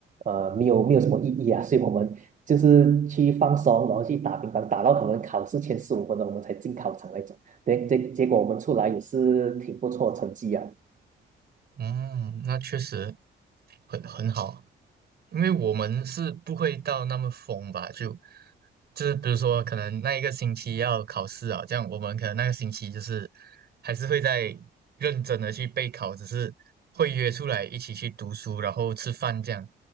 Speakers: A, on the right (about 40°); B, on the right (about 55°).
A: 呃，没有没有什么意义啊。所以我们就是去放松，然后去打乒乓，打到可能考试前十五分钟我们才进考场那种。对，结结果我们出来也是挺不错的成绩啊。
B: 嗯，那确实很很好，因为我们是不会到那么疯吧？就就是比如说，可能那一个星期要考试啊，这样我们可能那个星期就是还是会在认真的去备考，只是会约出来一起去读书，然后吃饭这样。